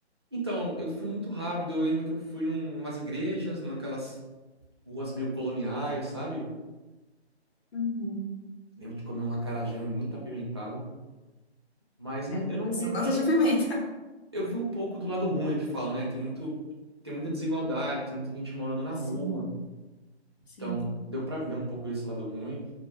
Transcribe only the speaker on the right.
Então, eu fui muito rápido. Eu lembro que eu fui num, umas igrejas, naquelas ruas meio coloniais, sabe?
Lembro de comer um acarajé muito apimentado. Mas não,
eu não
vi,
não cheguei.
Eu vi um pouco do lado ruim que falam, né? Tem muito, tem muita desigualdade, tem muita gente morando na
rua.
Então, deu pra ver um pouco desse lado ruim.